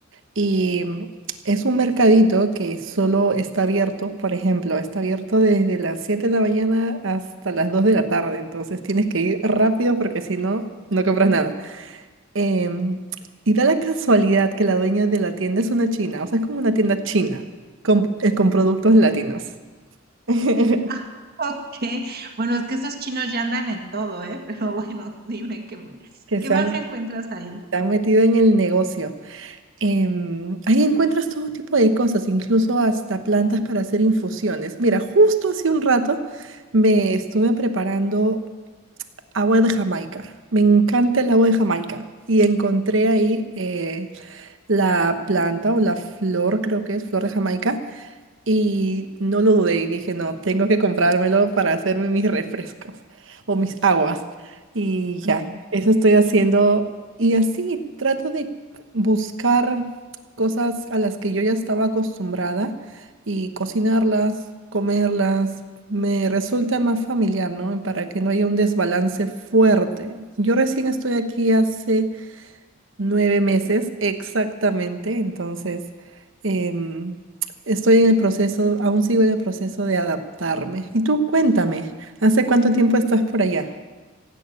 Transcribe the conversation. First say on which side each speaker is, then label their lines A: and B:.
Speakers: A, on the right; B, on the right.
A: Y mm, es un mercadito que solo está abierto, por ejemplo, está abierto desde las 7 de la mañana hasta las 2 de la tarde, entonces tienes que ir rápido porque si no, no compras nada. Em, y da la casualidad que la dueña de la tienda es una china, o sea, es como una tienda china con, eh, con productos latinos <laughs> que
B: Ah, ok. Bueno, es que esos chinos ya andan en todo, ¿eh? Pero bueno, <laughs> dime qué, mu-
A: se
B: qué más
A: han, se
B: encuentras ahí.
A: han metido en el negocio. Em, ahí encuentras todo tipo de cosas, incluso hasta plantas para hacer infusiones. Mira, justo hace un rato me estuve preparando agua de Jamaica. Me encanta el agua de Jamaica. Y encontré ahí eh, la planta o la flor, creo que es flor de Jamaica, y no lo dudé y dije, no, tengo que comprármelo para hacerme mis refrescos o mis aguas. Y ya,
B: Ujú.
A: eso estoy haciendo. Y así trato de buscar cosas a las que yo ya estaba acostumbrada y cocinarlas, comerlas. Me resulta más familiar, ¿no? Para que no haya un desbalance fuerte. Yo recién estoy aquí hace Nueve meses, exactamente. Entonces, em, estoy en el proceso, aún sigo en el proceso de adaptarme. Y tú, cuéntame, ¿hace cuánto tiempo estás por allá?